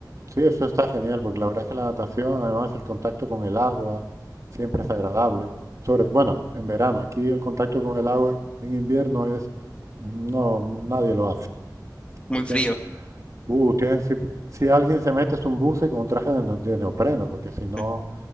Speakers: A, on the right (about 45°); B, on the left (about 15°).
A: Sí, eso está genial, porque la verdad es que la natación, además, el contacto con el agua siempre es agradable. Sobre, bueno, en verano, aquí el contacto con el agua en invierno es, no, nadie lo hace.
B: Muy
A: Te tienes-
B: frío.
A: uh, tienes- si, si alguien se mete es un buce con un traje de, no- de neopreno, porque si no,
B: Sí.